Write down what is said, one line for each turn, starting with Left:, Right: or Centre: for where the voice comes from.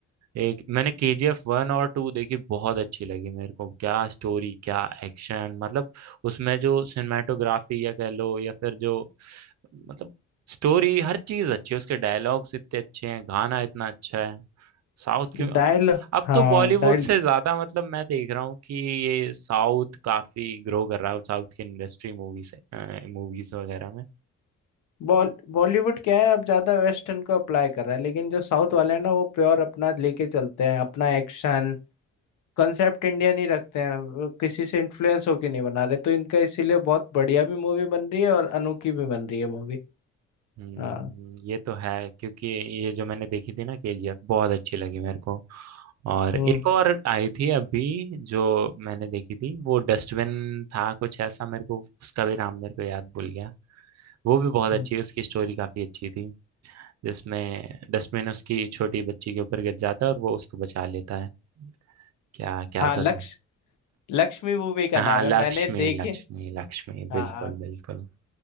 Right: एक मैंने के जी एफ वन और टू देखी बहुत अच्छी लगी मेरे को क्या स्टोरी क्या एक्शन मतलब उसमें जो सिनेमाटोग्राफी या कह लो या फिर जो मतलब स्टोरी हर चीज अच्छी है उसके डायलॉग्स इतने अच्छे हैं गाना इतना अच्छा है साउथ क्यों
Left: डायल
Right: अब
Left: हाँ
Right: तो बॉलीवुड
Left: डायल
Right: से ज्यादा मतलब मैं देख रहा हूँ कि ये साउथ काफी ग्रो कर रहा है साउथ की इंडस्ट्री मूवी से मूवीज वगैरह में
Left: बॉल बॉलीवुड क्या है अब ज्यादा वेस्टर्न को अप्लाई कर रहा है लेकिन जो साउथ वाले हैं ना वो प्योर अपना लेके चलते हैं अपना एक्शन कंसेप्ट इंडियन ही रखते हैं वो किसी से इन्फ्लुएंस होके नहीं बना रहे तो इनका इसीलिए बहुत बढ़िया भी मूवी बन रही है और अनोखी भी बन रही है मूवी
Right: हम्म,
Left: हाँ
Right: ये तो है क्योंकि ये जो मैंने देखी थी ना केजीएफ बहुत अच्छी लगी मेरे को और
Left: हम्म
Right: एक और आई थी अभी जो मैंने देखी थी वो डस्टबिन था कुछ ऐसा मेरे को उसका भी नाम मेरे को याद भूल गया वो भी बहुत
Left: हम्म।
Right: अच्छी उसकी स्टोरी काफी अच्छी थी जिसमें डस्टबिन उसकी छोटी बच्ची के ऊपर गिर जाता है और वो उसको बचा लेता है क्या क्या
Left: हाँ
Right: तो
Left: लक्ष्य
Right: था
Left: लक्ष्मी मूवी का
Right: हाँ
Left: नाम
Right: लक्ष्मी
Left: है मैंने देखे
Right: लक्ष्मी लक्ष्मी
Left: हाँ
Right: बिल्कुल बिल्कुल